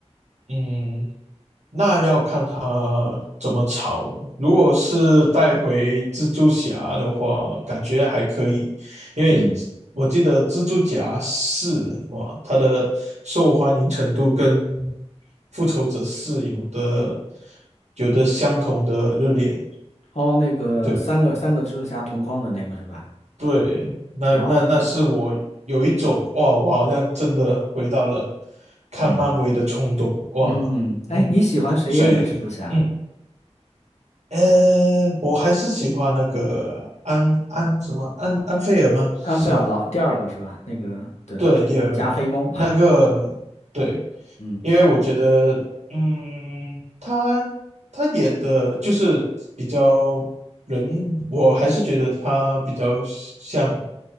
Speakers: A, on the right; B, on the left.
A: 嗯，那要看他怎么炒了。如果是带回蜘蛛侠的话，感觉还可以，因为我记得蜘蛛侠四哇，
B: 嗯。
A: 它的受欢迎程度跟复仇者四有的有的相同的热烈，
B: 哦，那个三个三个蜘蛛侠同框的那个是吧？
A: 对吧？对，那那那是我有一种哇，
B: 哦，
A: 我好像真的回到了看漫威的冲动哇，
B: 嗯嗯嗯，哎，
A: 嗯，
B: 你喜欢谁演的蜘蛛侠？
A: 所以。嗯。呃，我还是喜欢那个安安什么安安菲尔吗？是吗？
B: 安菲尔老第二个是吧？那个对，
A: 对，第二个呢，
B: 加菲猫，
A: 那个对，
B: <laughs> 嗯，
A: 因为我觉得，嗯，他他演的就是比较人，我还是觉得他比较像